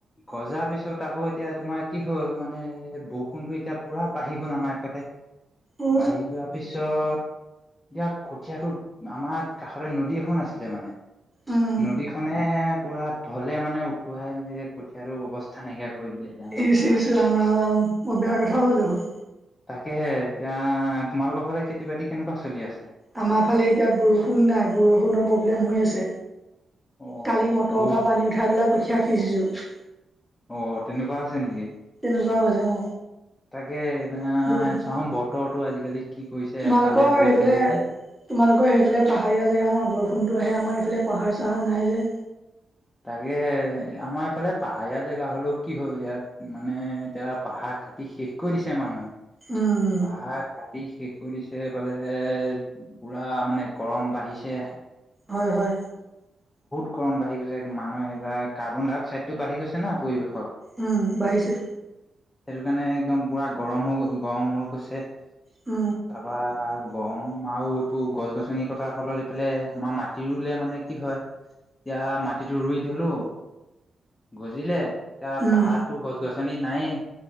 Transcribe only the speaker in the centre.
উ
উম
ইচ- ইচ। ৰাম-ৰাম। বৰ বেয়া কথা হল দেখুন।
আমাৰ ফালে এতিয়া বৰষুণ নাই বৰষুণৰ প্ৰব্লেম হৈ আছে।
কালি মটৰৰ
পৰা পানী উঠাই পেলাই কঠীয়া সিচিছো।
এনেকুৱা হৈছে, অ।
বৰষুণ।
তোমালোকৰ
সেইফালে
তোমালোকৰ সেইফালে পাহাৰীয়া জেগা ন, বৰষুণতো আহে। আমাৰ এইফালে পাহাৰ চাহাৰ নাই যে।
উম
হয়, হয়।
উম বাঢ়িছে।
উ।
উম,